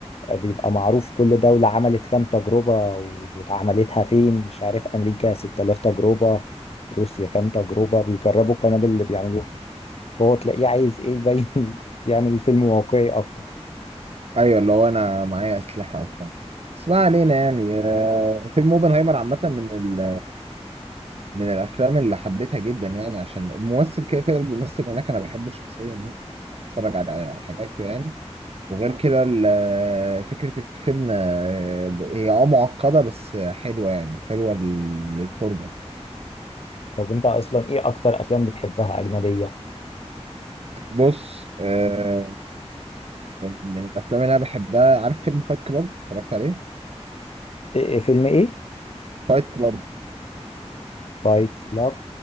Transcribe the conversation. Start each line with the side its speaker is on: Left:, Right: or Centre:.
Left: آه، بيبقى معروف كل دولة عملت كام تجربة وعملتها فين مش عارف أمريكا 6000 تجربة روسيا كام تجربة بيجربوا القنابل اللي بيعملوها فهو تلاقيه عايز إيه يبين <laughs> يعمل فيلم واقعي أكتر
Right: ايوه اللي هو انا معايا اسلحه وبتاع بس ما علينا يعني آه، فيلم اوبنهايمر عامه من ال... من الافلام اللي حبيتها جدا يعني عشان الممثل كده كده اللي بيمثل هناك انا بحبه شخصيا يعني اتفرج على حاجاته يعني وغير كده ال- فكرة الفيلم آه، هي اه معقدة بس حلوة يعني حلوة لل- للفرجة
Left: طب انت اصلا ايه اكتر افلام بتحبها اجنبيه
Right: بص آه، يعني من الأفلام اللي أنا بحبها عارف فيلم فايت كلاب اتفرجت عليه؟
Left: إيه إيه فيلم ايه
Right: فايت كلاب
Left: فايت كلاب